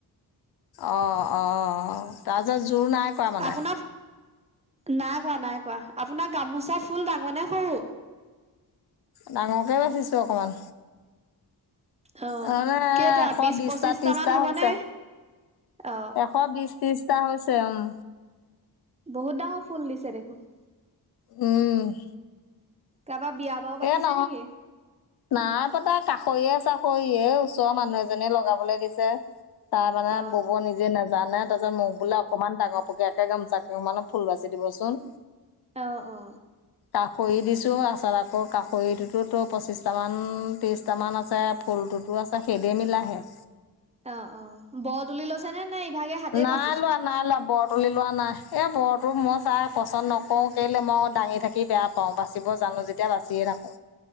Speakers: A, on the left; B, on the right.
A: অঁ অঁ তাজে জোৰ নাই। কৰা মানে
B: আপোনাৰ নাই কোৱা নাই কোৱা, আপোনাৰ গামোচা ফুল ডাঙনে সৰু?
A: ডাঙৰকে বাচিছোঁ অকমান।
B: অ
A: মানে এশ
B: কেইটা বিশ
A: বিশটা
B: পঁচিশটা
A: ত্ৰিশটা
B: মান হ'বনে
A: হৈছে।
B: অ
A: এশ বিশ ত্ৰিশটা হৈছে উম।
B: বহুত ডাঙৰ ফুল দিছে দেখোন।
A: উম'।
B: কাবাৰ বিয়া- বাৰু পাতিছে
A: এ ন।
B: নেকি
A: নাই পতা কাষৈয়ে চাখৈয়ে এই ওচৰ মানুহ এজনীয়ে লগাবলে দিছে। তাৰ মানে
B: অ
A: বব নিজে নাজানে তপিছত মোক বোলক- অকমান ডাঙৰ পকীয়াকে গোমোচাকেখন মানত ফুল বাচি দিবচোন।
B: অ' অ'
A: কাখৰি দিছো আচত আকৌ- কাষৰিটোটো পঁচিছটামান ত্ৰিছটামান আছে ফুলটোতো আছে সেইদে মিলাইহে।
B: অঁ অঁ ব তুলি লৈছে নে নে ইভাগে হাতে
A: নাই
B: বাচিছে?
A: লোৱা নাই লৱা বৰ তুলি লোৱা নাই, এই বৰটো মই চা পচন্দ নকৰো কেলে মই দাঙি থাকি বেয়া- পওঁ, বাচিব জানো যেতিয়া বাচিয়ে থাকো।